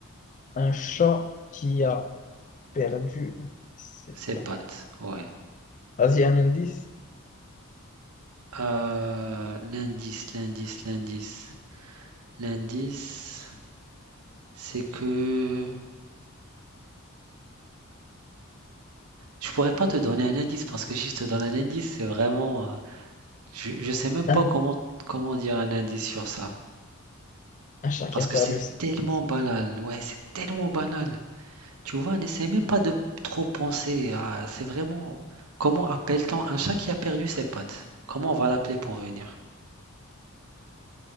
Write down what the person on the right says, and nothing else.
Ses
pattes, ouais.
Euh, l'indice, l'indice, l'indice. L'indice, c'est que je pourrais pas te donner un indice parce que si je te donne un indice, c'est vraiment, euh, je, je sais même
pas comment comment dire un indice sur ça
parce
que c'est
tellement
banal. Ouais, c'est tellement banal. Tu vois, n'essaie même pas de trop penser à, c'est vraiment comment appelle-t-on un chat qui a perdu ses pattes? Comment on va l'appeler pour venir?